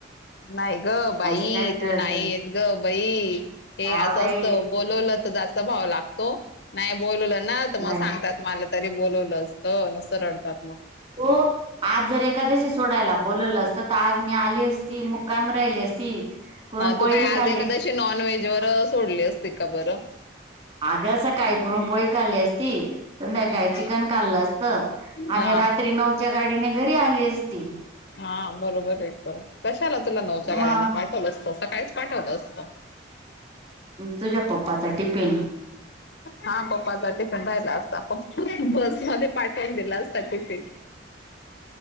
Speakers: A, on the left; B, on the right.
A: नाही ग बाई
B: अशी काय करते
A: तू नाही येत ग बाई हे
B: हा
A: अस
B: बाई
A: असत बोलवलं तर जास्त भाव लागतो नाही बोलवलं ना तर
B: नाही
A: मग सांगतात मला तरी बोलवलं असत नसं रडतात मग
B: हो आज जर एखाद्याशी सोडायला बोलवलं असत तर आज मी आली असती मुक्कायम राहिली असती पुरणपोळी
A: तू काही
B: बी
A: आज
B: खाल्ली
A: एखादशी नॉन व्हेज वर सोडली असती का बरं
B: आगं अस काही पुरून पोळी का आली अससती संध्याकाळी
A: हम्म
B: चिकन काललं असत आणि
A: हा
B: रात्री नऊच्या गाडीने घरी आली असती
A: हा बरोबर एक तरला कशा आला तुला नऊच्या गाळ्याने
B: मग
A: पाठवलं असत सकाळीच पाठवलं असत
B: तुझ्या पप्पाचा टिफिन
A: हा पप्पा सा पण राहिला असता पप्पास मध्ये पाकाून दिला असता कुती